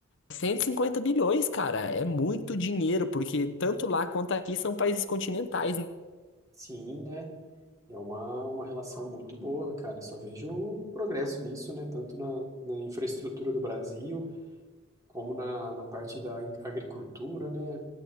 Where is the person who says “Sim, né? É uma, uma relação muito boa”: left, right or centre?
Right